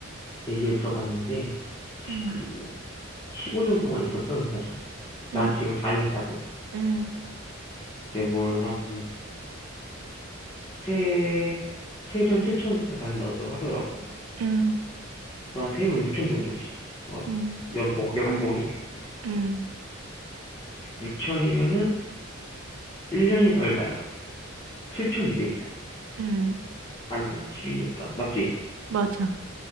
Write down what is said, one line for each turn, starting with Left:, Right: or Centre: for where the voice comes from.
Left: 얘기를 들어봤는데 지금
Right: 음,
Left: 15년 동안 있었어 회사를 난
Right: 음,
Left: 지금 4년 차고
Right: 음,
Left: 내뭘 한 세, 세전 7천을 받는다고 하더라고
Right: 음,
Left: 그러니까 세후 6천 정도지 월
Right: 음,
Left: 연봉 연봉이
Right: 음,
Left: 6천이면은 1년이면 얼마야? 7,200이야
Right: 음,
Left: 아닌가? 10이니까 맞지?
Right: 맞아.